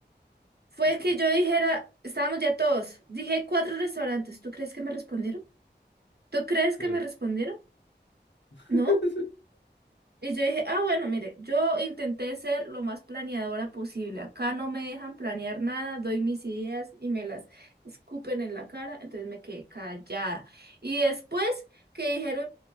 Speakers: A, on the right (about 60°); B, on the left (about 75°).
A: Fue
B: sí,
A: que yo dijera, estábamos ya todos. Dije cuatro restaurantes. ¿Tú crees que me respondieron? ¿Tú crees que
B: sí.
A: me respondieron?
B: <laughs>
A: No. Y yo dije, ah, bueno, mire, yo intenté ser lo más planeadora posible. Acá no me dejan planear nada, doy mis ideas y me las escupen en la cara, entonces me quedé callada. Y después que dijeron,